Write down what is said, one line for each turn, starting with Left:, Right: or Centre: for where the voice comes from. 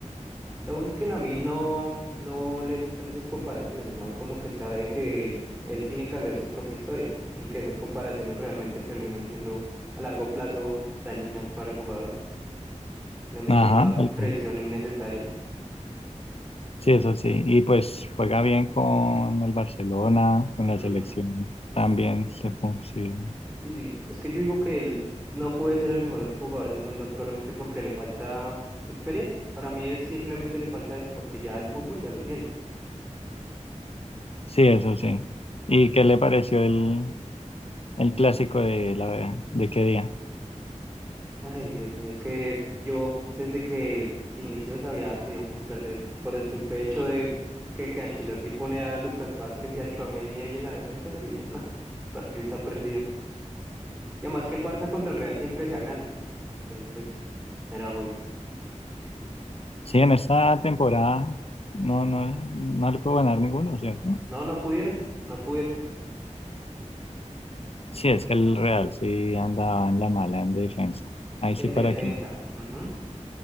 Right: Lo bueno es que a mí no, no le gustan esas comparaciones. El man como que sabe que él tiene que hacer su propia historia y que esas comparaciones realmente terminan siendo a largo plazo dañinas para el jugador. Le meten
Left: Ajá,
Right: una
Left: tal
Right: presión
Left: cual.
Right: innecesaria.
Left: Sí, eso sí. Y pues juega bien con el Barcelona, con la
Right: Ujú.
Left: selección. También se pu- sí.
Right: Sí, sí. Es que yo digo que él no puede ser el mejor jugador del mundo actualmente porque le falta experiencia. Para mí es simplemente le falta eso porque ya el fútbol ya lo tiene.
Left: Sí, eso sí. ¿Y qué le pareció el, el clásico de la de qué día?
Right: Ay, Dios mío, es que yo desde que inició sabía que íbamos a perder por el simple hecho de que, que Ancelotti pone a Lucas Vázquez y a Tchouaméni ahí en la defensa. Yo dije, no, el partido está perdido. Y además que el Barça contra el Real siempre se agranda. Entonces, pues, era obvio.
Left: Sí, en esta temporada no, no, no le puedo ganar ninguno, ¿cierto?
Right: No, no pudieron, no pudieron.
Left: Sí, es que el Real sí andaba en la mala en defensa. Ahí
Right: En
Left: sí para
Right: defensa.
Left: qué.
Right: ujú.